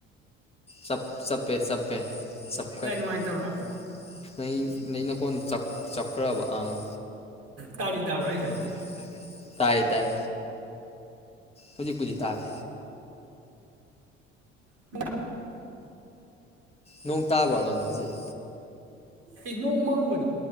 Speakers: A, on the left; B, on the right.
A: ꯆꯥꯞ ꯆꯥꯄꯦ ꯆꯥꯄꯦ <unintelligible>
B: ꯂꯥꯏ ꯅꯨꯡꯉꯥꯏꯇꯕ꯭ꯔꯥ
A: ꯅ ꯅ ꯅ ꯀꯣꯟ ꯆꯞꯈ꯭ꯔꯕ ꯑꯥ
B: ꯇꯥꯔꯤ ꯇꯥꯕꯩꯁ
A: ꯑꯗꯨꯒꯤ ꯇꯥꯏ ꯇꯥꯏ ꯍꯧꯖꯤꯛ ꯍꯧꯖꯤꯛ ꯇꯥꯔꯦ
B: ꯍ
A: ꯅꯣꯡ ꯇꯥꯕ꯭ꯔꯣꯗꯅꯦ ꯍꯧꯖꯤꯛ
B: ꯑꯩ ꯅꯣꯡ ꯃꯪꯕꯗꯣ